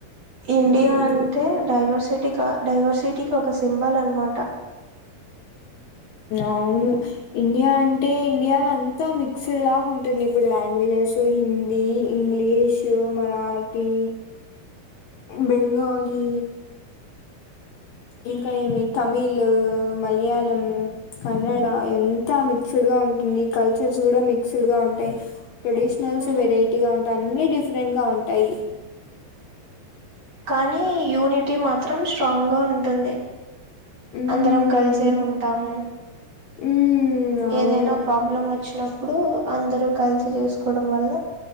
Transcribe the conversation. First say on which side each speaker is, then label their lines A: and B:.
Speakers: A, on the right (about 45°); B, on the left (about 70°).
A: ఇండియా
B: మ్మ్
A: అంటే డైవర్సిటీగా డైవర్సిటీకి ఒక సింబల్ అనమాట
B: అవును ఇండియా అంటే ఇండియాలో అంతా మిక్స్డ్ లాగా ఉంటుంది ఇప్పుడు లాంగ్వేజెస్ హిందీ ఇంగ్లీషు మరాఠీ బెంగాలీ ఇంకా ఏమి తమిళ మలయాళం కన్నడ ఎంత మిక్స్డ్గా ఉంటుంది కల్చర్స్ కూడా మిక్స్డ్గా ఉంటాయి ట్రెడిషనల్స్
A: ఉమ్
B: వెరైటీగా ఉంటాయి అన్నీ డిఫరెంట్గా ఉంటాయి
A: కానీ యూనిటీ మాత్రం స్ట్రాంగ్ గా ఉంటుంది
B: మ్మ్
A: అందరం కలిసే ఉంటాము
B: మ్మ్ అవును
A: ఏదైనా ప్రాబ్లం వచ్చినాప్పు ఇప్పుడు అందరూ కలిసి చేసుకోవడం వల్ల